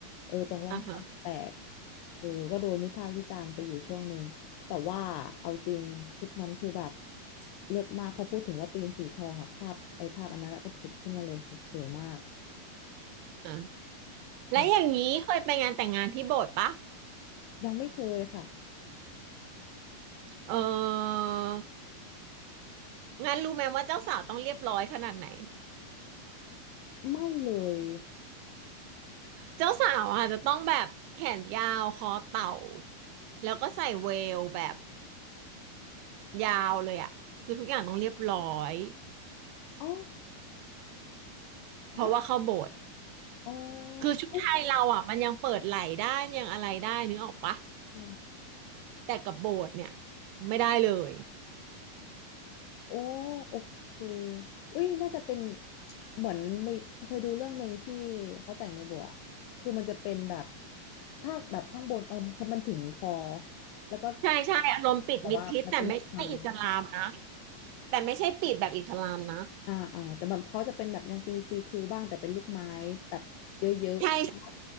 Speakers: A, on the left; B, on the right.
A: เออตรงร่องซ่อมแตก
B: อ่าฮะ
A: เออก็โดนวิพากษ์วิจารณ์ไปอยู่ช่วงหนึ่งแต่ว่าเอาจริงชุดนั้นคือแบบเลิศมากพอพูดถึงว่าธีมสีทองอะภาพไอ้ภาพอันนั้นแล้วก็ผุดขึ้นมาเลยแบบสวยมาก
B: อ่าและอย่างนี้เคยไปงานแต่งงานที่โบสถ์ปะ
A: อืมยังไม่เคยค่ะ
B: เออ งานรู้ไหมว่าเจ้าสาวต้องเรียบร้อยขนาดไหน
A: ไม่เลย
B: เจ้าสาวอาจจะต้องแบบแขนยาวคอเต่าแล้วก็ใส่เวลแบบยาวเลยอ่ะคือทุกอย่างต้องเรียบร้อย
A: อ๋อ
B: เพราะว่าเข้าโบสถ์
A: ฮะอ๋อ
B: คือชุดไทยเราอ่ะมันยังเปิดไหล่ได้มันยังอะไรได้นึกออกปะ
A: อุ๊ยใช่
B: แต่กับโบสถ์เนี่ยไม่ได้เลย
A: โอ้โอเคอุ้ยน่าจะเป็น <tsk> เหมือนไม่เคยดูเรื่องหนึ่งที่เขาแต่งในบัวอะคือมันจะเป็นแบบถ้าแบบข้างบนเออมันถึงคอแล้วก็
B: ใช่ใช่อารมณ์ปิดมิดชิดแต่ไม่ใช่อิสลามนะ
A: แต่ว่ามันเป็นลูกไม้
B: แต่ไม่ใช่ปิดแบบอิสลามนะ
A: อ่าอ่าแต่แบบเขาจะเป็นแบบยังปีซีทูบ้างแต่เป็นลูกไม้แบบเยอะๆใช่ไหม
B: ใช่ใช่